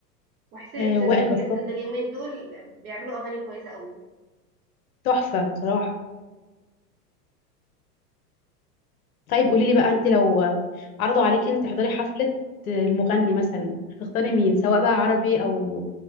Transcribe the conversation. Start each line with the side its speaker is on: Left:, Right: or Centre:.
Right: وحسين
Left: آه
Right: الجسمي
Left: وائل
Right: تحس
Left: جسار
Right: ان اليومين دول بيعملوا اغاني كويسه قوي
Left: تحفه بصراحه طيب قولي لي بقى انت لو عرضوا عليكي انت تحضري حفلة المغني مثلا هتختاري مين سواء بقى عربي او